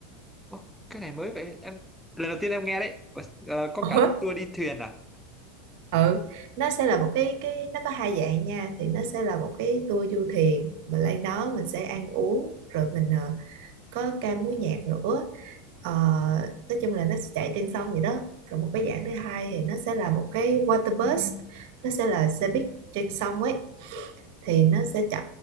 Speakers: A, in the centre; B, on the right (about 60°).
A: Ủa, cái này mới vậy em lần đầu tiên em nghe đấy Ủa, ờ, có
B: Ủa?
A: cả tour đi thuyền à
B: ừ nó sẽ là một cái cái nó có hai dạng nha thì nó sẽ là một cái tour du thuyền mình lên đó mình sẽ ăn uống rồi mình ờ, có ca múa nhạc nữa Ờ, nói chung là nó sẽ chạy trên sông vậy đó còn một cái dạng thứ hai thì nó sẽ là một cái water bus nó sẽ là xe buýt trên sông ấy thì nó sẽ chở